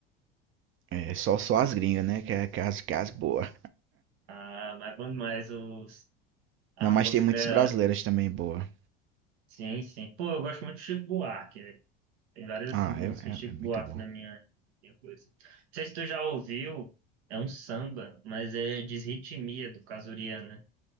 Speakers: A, on the right; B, on the right.
A: É, só, só as gringas, né? Que é, que é as, que é as boas.
B: Ah, mas é bom demais os, a
A: Não, mas
B: música.
A: tem muitas brasileiras também boa.
B: Sim, sim. Pô, eu gosto muito de Chico Buarque. velho. Tem várias
A: Ah,
B: assim, músicas
A: é, é,
B: de Chico
A: é muito
B: Buarque
A: bom.
B: na minha, minha coisa. Não sei se tu já ouviu, é um samba, mas é Desritmia, do Casuriana.